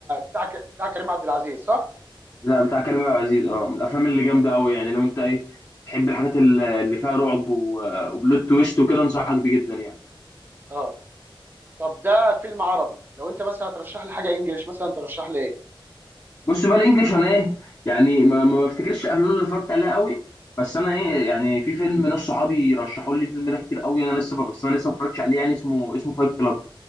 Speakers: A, on the right; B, on the left.
A: بتاع ك- بتاع كريم عبد العزيز صح
B: بتاع بتاع كريم عبد العزيز اه من الافلام اللي جامده
A: اه
B: قوي يعني لو انت ايه بتحب الحاجات ال- اللي فيها رعب و- وبلوت تويست وكده انصحك بيه جدا يعني
A: آه. طب ده فيلم عربي لو انت مثلا هترشح لي حاجه انجليش مثلا ترشح لي ايه
B: بص بقى الانجليش انا ايه يعني ما, ما بفتكرش الافلام اللي اتفرجت عليها قوي بس انا ايه يعني في فيلم ناس صحابي رشحوا لي الفيلم ده كتير قوي انا لسه بس انا لسه ما اتفرجتش عليه يعني اسمه اسمه فايت كلاب